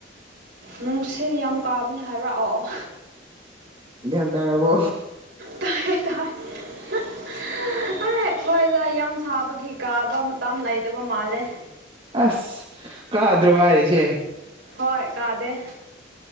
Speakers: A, on the right; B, on the right.
A: ꯅꯨꯡꯁꯤꯠ ꯌꯥꯝ ꯀꯥꯕꯅꯤ ꯍꯥꯏꯕ꯭ꯔꯥ ꯑꯣ ꯑꯣ
B: ꯒ꯭ꯌꯥꯟ ꯇꯥꯔꯕꯣ
A: ꯇꯥꯢꯌꯦ ꯇꯥꯢ <unintelligible> ꯑꯦ ꯑꯈꯣꯏꯗꯣ ꯌꯥꯝ ꯁꯥꯕꯒꯤ ꯀꯥꯕ ꯃꯇꯝ ꯂꯩꯇꯕ ꯃꯥꯜꯂꯦ
B: ꯑꯁ ꯀꯥꯗ꯭ꯔꯣ ꯍꯥꯏꯔꯤꯁꯦ
A: ꯍꯣꯏ ꯀꯥꯗꯦ